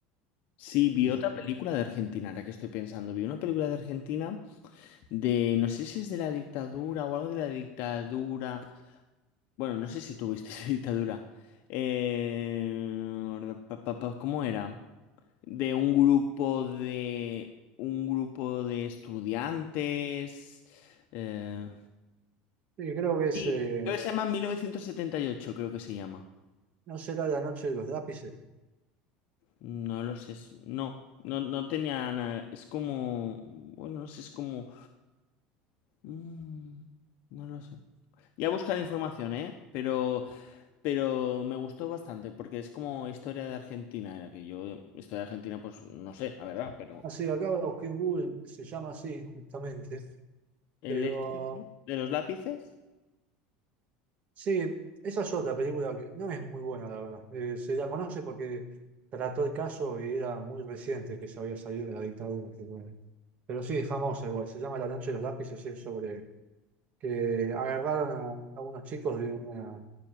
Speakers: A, on the left; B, on the right.
A: Sí, vi
B: Y,
A: otra película de Argentina, ahora que estoy pensando. Vi una película de Argentina de, no sé si es de la dictadura o algo de la dictadura. Bueno, no sé si tuviste <laughs> esa dictadura. Eh, pa- pa- pa- ¿Cómo era? De un grupo de... Un grupo de estudiantes. eh,
B: y creo que es,
A: Sí,
B: eh,
A: creo que se llama 1978, creo que se llama.
B: no será la noche de los lápices.
A: No lo sé. es- No, no, no tenía nada. Es como. Bueno, no sé, es como. mm, no lo sé. Ya buscaré información, ¿eh? Pero, pero me gustó bastante, porque es como historia de Argentina, era que yo, historia de Argentina, pues no sé, la verdad, pero.
B: Así, acá lo busqué en Google, se llama así justamente,
A: ¿El
B: pero
A: E de los lápices?
B: Sí, esa es otra película que no es muy buena, la verdad. Eh, se la conoce porque trató el caso y era muy reciente que se había salido de la dictadura. Pero, bueno. Pero sí, es famosa igual. Se llama La noche de los lápices y es sobre que agarraron a, a unos chicos de una,